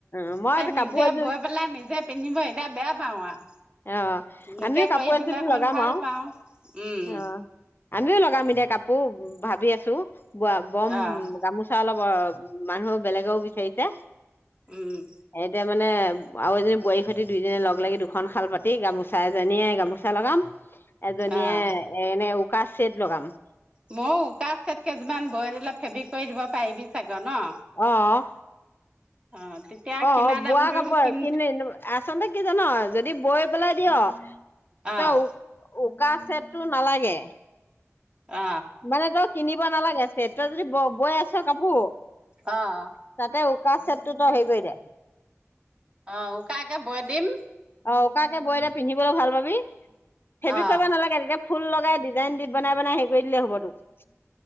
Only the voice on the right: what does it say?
সেই
নিজে
বয় পেলাই নিজে পিন্ধিব এতিয়া বেয়া পাওঁ আৰু
লোকে
কৰি দিলে
অকমান
ভাল
পাওঁ, উম,
অ',
উম।
অ',
মই উকা ছেট কেইযোৰমান বই দিলে ফেব্ৰিক কৰি দিব পাৰিবি চাগে ন?
অ
কিনা
দামটো
কিন
অ',
অ।
অ'।
অ', উকাকে বয় দিম
অ',